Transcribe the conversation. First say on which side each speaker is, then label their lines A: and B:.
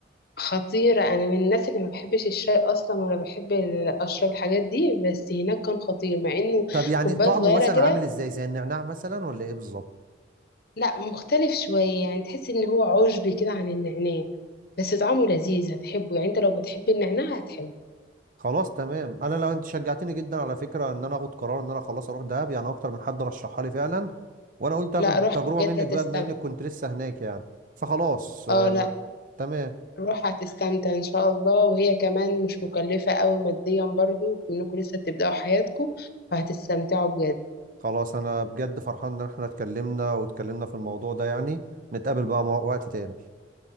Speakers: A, on the left (about 55°); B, on the right (about 45°).
A: خطيرة انا من الناس اللي ما بحبش الشاي اصلا ولا بحب ال- اشرب الحاجات دي بس هناك كان خطير مع انه
B: طب يعني
A: كوباية
B: طعمه
A: صغيرة
B: مثلا
A: كده
B: عامل ازاي زي النعناع مثلا ولا ايه بالظبط
A: لا مختلف شوية يعني تحس ان هو عشبي كده عن النعناع بس طعمه لذيذ هتحبه يعني انت لو بتحب النعناع هتحبه
B: خلاص تمام انا لو انت شجعتني جدا على فكره ان انا اخد قرار ان انا خلاص اروح دهب يعني اكتر من حد رشحها لي فعلا وانا قلت اخد
A: لا روح
B: تجربه
A: بجد
B: منك
A: هتستمتع
B: بقى بما انك كنت لسه هناك يعني فخلاص آه،
A: اه لا
B: لا تمام
A: روح هتستمتع ان شاء الله وهي كمان مش مكلفة قوي ماديا برضو انكم لسه بتبدأوا حياتكم فهتستمتعوا بجد ان
B: خلاص انا بجد فرحان ان احنا اتكلمنا واتكلمنا في الموضوع ده يعني نتقابل بقى مع- وقت تاني